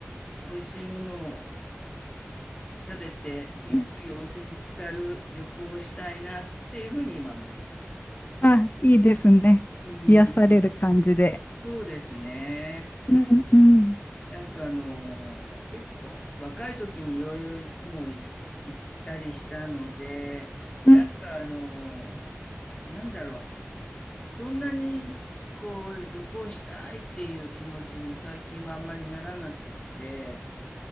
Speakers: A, on the left; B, on the left.
A: 美味しいものを食べて、ゆっくり温泉に浸かる旅行をしたいなっていうふうに今思ってます。
B: うんあ、いいですね。
A: うん、
B: 癒される感じで。
A: そうですね。
B: うんうん。
A: なんかあのー結構若い時にいろいろもうい行ったりしたので、
B: うん。
A: なんかあのーなんだろう、そんなにこう旅行したいっていう気持ちに最近はあんまりならなくって、